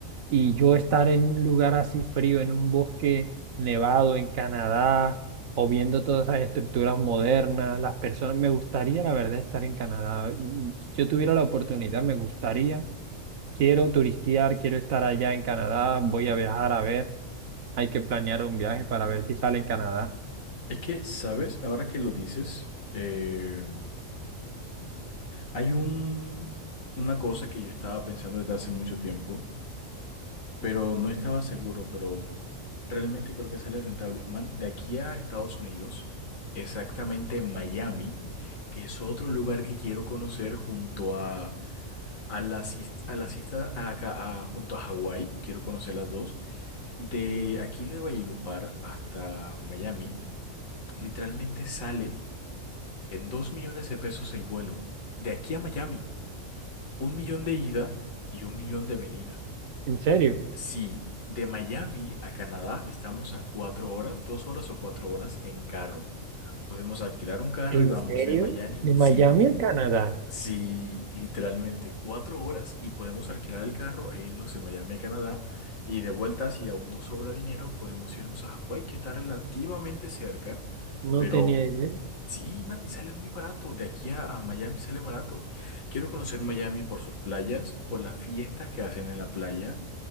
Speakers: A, on the right (about 80°); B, on the left (about 75°).
A: y yo estar en un lugar así frío, en un bosque nevado en Canadá o viendo todas esas estructuras modernas, las personas, me gustaría la verdad estar en Canadá. Mm, Si yo tuviera la oportunidad, me gustaría Quiero turistear, quiero estar allá en Canadá, voy a viajar a ver, hay que planear un viaje para ver si sale en Canadá.
B: Es que, ¿sabes? Ahora que lo dices, eh, hay un, una cosa que yo estaba pensando desde hace mucho tiempo, pero no estaba seguro, pero Realmente creo que sale rentable. Man, de aquí a Estados Unidos, exactamente en Miami, que es otro lugar que quiero conocer junto a, a la, sis- a la sista- a ca- a- junto a Hawái, quiero conocer las dos. De aquí de Valledupar hasta Miami, literalmente sale en 2 millones de pesos el vuelo. De aquí a Miami, un millón de ida y un millón de venida.
A: ¿En serio?
B: Sí, de Miami a Canadá estamos a cuatro horas, dos horas o cuatro horas en carro. Podemos alquilar un carro
A: ¿En
B: y vamos
A: serio?
B: de Miami,
A: ¿De
B: sí,
A: Miami a Canadá?
B: sí, literalmente cuatro horas y podemos alquilar el carro e irnos de Miami a Canadá y de vuelta si aún nos sobra dinero podemos irnos a Hawái que está relativamente cerca,
A: No
B: pero
A: tenía idea.
B: sí, man, y sale muy barato. De aquí a, a Miami sale barato. Quiero conocer Miami por sus playas, por las fiestas que hacen en la playa